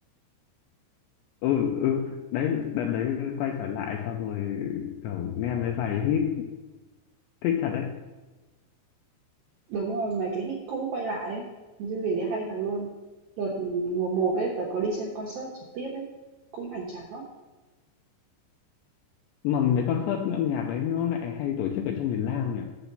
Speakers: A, on the left (about 85°); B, on the right (about 70°).
A: ừ, ừ đấy đợt đấy quay trở lại sau rồi kiểu nghe mấy bài hit thích thật đấy
B: Đúng rồi, mấy cái hit cũ quay lại ấy, một chương trình đấy hay thật luôn. Đợt mùa một ấy, tớ có đi xem concert trực tiếp ấy, cũng hoành tráng lắm.
A: mà mấy concert âm nhạc đấy nó lại hay tổ chức ở trong miền Nam nhỉ